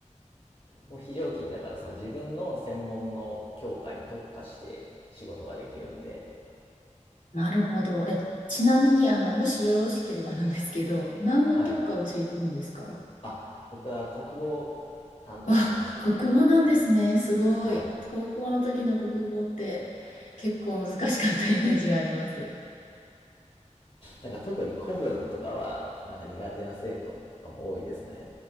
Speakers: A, on the left; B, on the left.
A: もう非常勤だからその自分の専門の教科に特化して仕事ができるんで、
B: なるほど。え、ちなみに、あの、もしよろしければなんですけど、何の教科を教えてるんですか
A: はい。あ、僕は国語を担当してます。
B: あ、国語なんですね。すごい。
A: はい。
B: 高校の時の国語って結構難しかったイメージがあります。
A: なんか特に古文とかは、なんか苦手な生徒とかも多いですね。